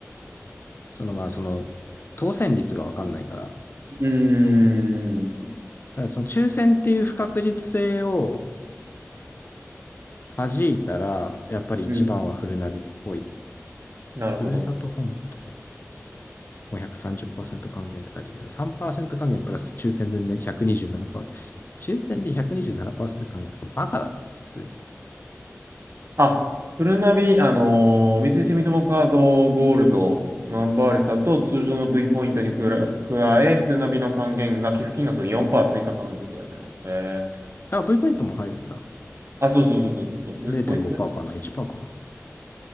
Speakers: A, on the left; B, on the right.
A: そのまあその当選率が分かんないから、
B: うーん。
A: ただその抽選っていう不確実性を弾いたら、やっぱり一番はフルナビっぽい。
B: うん。なるほど。
A: ふるさと本舗とかと、もうセ3 0還元って書いてあるけど、3%還元プラス抽選でね、127%。抽選で127%還元とかバカだ、普通に。
B: あ、フルナビ、あのー三井住友カードゴールド、ナンバーレスだと通常の V ポイントにくら加え、フルナビの還元が寄付金額に4%追加還元って書いてあるね。えー、
A: だから V ポイントも入るんだ。
B: あ、そうそうそうそうそうそう、
A: 0.5%
B: V ポイントね
A: かな ?1% かな